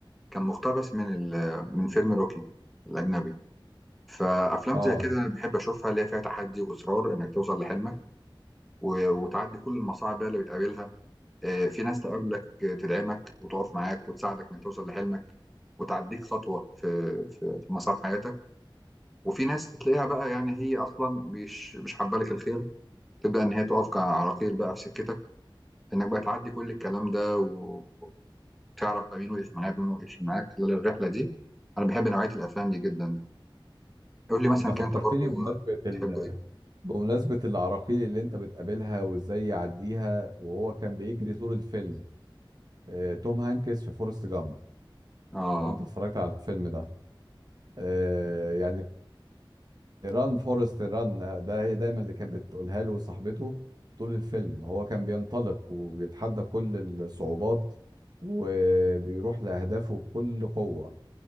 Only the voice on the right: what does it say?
اه
انت فكرتني
بمناسبة ال...
بمناسبة العراقيل اللي انت بتقابلها وازاي يعديها وهو كان بيجري طول الفيلم آه، توم هانكس في فورست جامب
لو انت اتفرجت على الفيلم ده آه، يعني ران فورست ران ده هي دايما اللي كانت بتقولها له صاحبته طول الفيلم هو كان بينطلق وبيتحدى كل الصعوبات وبيروح لأهدافه بكل قوة